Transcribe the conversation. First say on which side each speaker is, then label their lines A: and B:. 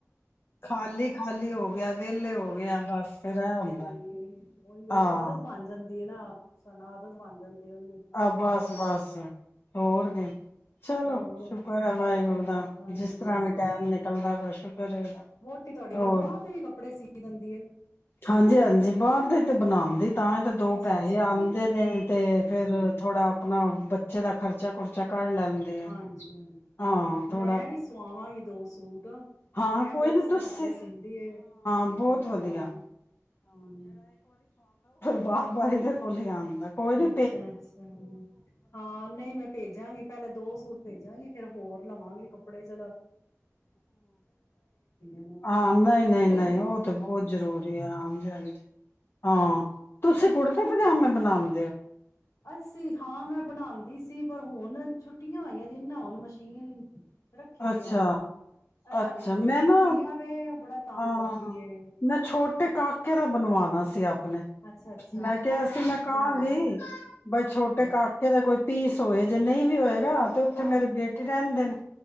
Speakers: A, on the left; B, on the left.
A: ਖਾਲੀ ਖਾਲੀ ਹੋ ਵਿਹਲੇ ਹੋ ਗਿਆਏ ਬਸ। ਫੇਰ
B: ਹ
A: ਇਹ ਹੁੰਦਾ
B: ਉਹੀ-ਉਹ
A: ਹਾਂ।
B: ਆਦਤ ਬਣ ਜਾਂਦੀ। ਦੀ ਨਾ ਸਾਨੂੰ ਆਦਤ ਬਣ ਜਾਂਦੀ ਹੋ
A: ਆਹ ਬਸ- ਬਸ ਹੋਰ ਕਿ ਚਲੋ
B: ਹੋਰ
A: ਸ਼ੁਕਰ ਹੈ, ਵਾਹਿਗੁਰੂ ਦਾ।
B: ਹਾਂਜੀ
A: ਜਿਸ ਤਰ੍ਹਾਂ
B: ਹਾਂਜੀ
A: ਵੀ ਟੈਮ ਨਿਕਲਦਾ ਪ ਸ਼ੁਕਰ
B: ਵੋਟੀ ਤੁਹਾਡੀ ਖੈਰ
A: ਹੋਰ
B: ਬਾਹਰ ਦੇ ਵੀ ਕੱਪੜੇ ਸੀ ਦਿੰਦੀ ਏ
A: ਹਾਂਜੀ- ਹਾਂਜੀ। ਬਾਹਰ ਦੇ ਤੇ ਬਣਾਉਂਦੇ ਤਾਂ ਹੀ ਤਾਂ ਦੋ
B: ਅੱਛਾ
A: ਪੈਹੇ
B: ਅੱਛਾ ਹਾਂਜੀ
A: ਆਉਂਦੇ ਨੇ ਤੇ
B: ਹਾਂਜੀ
A: ਫਿਰ ਥੋੜਾ ਆਪਣਾ ਬੱਚੇ ਦਾ ਖਰਚਾ ਖੁਰਚਾ ਕੱਢ ਲੈਂਦੀ ਹੈ
B: ਹਾਂਜੀ ਹਾਂਜੀ
A: ਹਾਂ ਥੋੜਾ
B: ਮੈਂ ਵੀ ਸਵਾਵਾਂਗੀ ਦੋ ਸੂਟ
A: ਹਾਂ
B: ਸੁਣਿਆ
A: ਕੋਈ
B: ਬੋੜੇ
A: ਨੀ
B: ਸਣੇ
A: ਤੁਸੀਂ
B: ਕੱਪੜੇ ਸੀਦੀ ਹਾਂ
A: ਬਹੁਤ ਵਧੀਆ
B: ਹਮ
A: ਬਾਹ ਬਾਰੀ ਦੇ ਕੋਲੀ ਆ ਹ ਕਈ ਨ
B: ਅੱਛਾ ਅੱਛਾ ਹਾਂ ਨਹੀਂ ਮੈਂ ਭੇਜਾਂਗੀ ਪਹਿਲਾਂ ਦੋ ਸੂਟ ਭੇਜਾਂਗੀ ਫੇਰ ਹੋਰ ਲਵਾਂਗੇ ਕੱਪੜੇ ਚਲ ਨੇ
A: ਹਾਂ ਨਹੀਂ ਨਹੀਂ ਨਹੀਂ
B: ਹਾਂ
A: ਉਹ ਤੇ ਬਹੁਤ ਜ਼ਰੂਰੀ ਆ ਹਾਂਜੀ ਹਾਂਜੀ ਹਾਂ ਤੁਸੀਂ ਕੁੜਤੇ ਪਜਾਮੇ ਬਣਾਉਣ
B: ਅਸੀਂ ਹਾਂ ਮੈਂ ਬਣਾਉਂਦੀ ਸੀ ਪਰ ਹੁਣ ਛੁੱਟੀਆਂ ਹੋਈਆਂ ਤੇ ਨਾ ਹੁਣ ਮਸ਼ੀਨ ਰੱਖੀ ਨੀ
A: ਅੱਛਾ
B: ਜਾਂਦੀ ਸਾਡੀ
A: ਅੱਛਾ
B: ਛੋਟੀ
A: ਮੈਂ ਨਾ
B: ਕੁੜੀਆਂ ਵ ਉਹ ਬੜਾ ਤੰਗ
A: ਹਾਂ
B: ਕਰਦੀ ਏ
A: ਨਾ ਛੋਟ ਤੇ ਕਾਕੇ ਦਾ ਬਣਵਾਉਣਾ ਸੀ ਆਪਣੇ
B: ਅੱਛਾ ਅੱਛਾ
A: ਮੈਂ ਕਿਹਾ
B: ਕੋਈ
A: ਸੀ
B: ਨੀ
A: ਮੈਂ ਕਹਾਂਗੀ
B: ਬਣਾ ਦਾਂਗੇ
A: ਬਈ ਛੋਟੇ
B: ਹਾਂਜੀ
A: ਕਾਕੇ ਦਾ ਕੋਈ ਪੀਸ ਹੋਏ ਜੇ ਨਹੀਂ ਵੀ ਹੋਏਗਾ ਤੇ ਉੱਥੇ ਮੇਰੀ ਬੇਟੀ ਰਹਿੰਦੇ ਨੇ